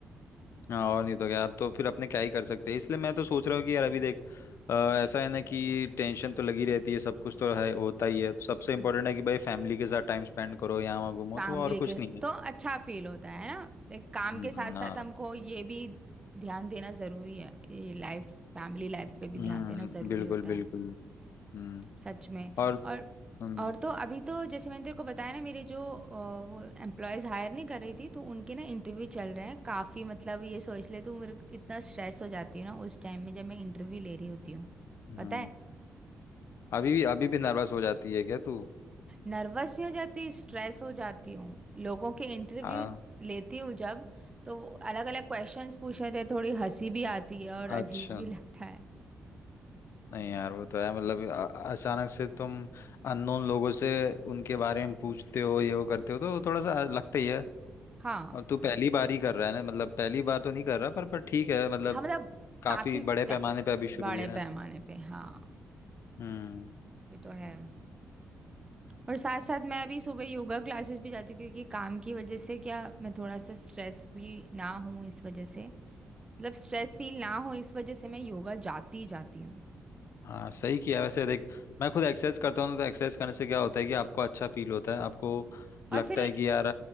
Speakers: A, on the left; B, on the right.
A: हाँ, और नहीं तो क्या आप तो फिर अपने क्या ही कर सकते हैं इसलिए मैं तो सोच रहा हूँ कि यार अभी देख अ, ऐसा है ना कि टेंशन तो लगी रहती है सब कुछ तो है होता ही है सबसे इम्पोर्टेंट
B: हम्म।
A: है कि भाई फैमिली के साथ टाइम स्पेंड करो यहाँ वहाँ घूमो
B: फैमिली
A: तो और
B: के
A: कुछ नहीं है
B: तो अच्छा फील होता है ना लाइक काम
A: हम्म,
B: के साथ
A: हाँ
B: साथ हमको ये भी ध्यान देना जरूरी है ये लाइफ फैमिली लाइफ पे भी
A: हम्म
B: ध्यान देना जरूरी
A: बिल्कुल
B: होता
A: बिल्कुल
B: है
A: हम्म
B: सच में
A: और
B: और
A: हम्म
B: और तो अभी तो जैसे मैंने तेरे को बताया ना मेरे जो अ, वो एम्प्लॉयज हायर नहीं कर रही थी तो उनके ना इंटरव्यू चल रहे हैं काफ़ी मतलब ये सोच ले तू मेरे को इतना स्ट्रेस हो जाती हूँ ना उस टाइम में जब मैं इंटरव्यू ले रही होती हूँ
A: हम्म,
B: पता है
A: अभी भी अभी भी नर्वस हो जाती है क्या तू
B: नर्वस नहीं हो जाती स्ट्रेस हो जाती हूँ लोगों के इंटरव्यू
A: हाँ
B: लेती हूँ जब तो अलग अलग क्वेश्चंस पूछ रहे थे थोड़ी हंसी भी आती है और
A: अच्छा
B: अजीब भी लगता है
A: नहीं यार वो तो है मतलब अ- अचानक से तुम अननोन लोगों से उनके बारे में पूछते हो ये वो करते हो तो वो थोड़ा सा लगता ही है
B: हाँ
A: और तू पहली बार ही कर रहा है ना मतलब पहली बार तो नहीं कर रहा पर पर ठीक है मतलब
B: हाँ मतलब
A: काफी
B: काफ़ी
A: बड़े
B: टा-
A: पैमाने पे अभी शुरू
B: बड़े
A: हुई ना
B: पैमाने पे हाँ
A: हम्म
B: ये तो है और साथ साथ मैं अभी सुबह योगा क्लासेस भी जाती हूँ क्योंकि काम की वजह से क्या मैं थोड़ा सा स्ट्रेस भी ना हूँ इस वजह से मतलब स्ट्रेस फील ना हो इस वजह से मैं योगा जाती ही जाती हूँ
A: हाँ सही किया वैसे देख मैं खुद एक्सरसाइज करता हूँ ना, तो एक्सरसाइज करने से क्या होता है कि आपको अच्छा फील होता है आपको
B: और
A: लगता
B: फिर
A: है कि यार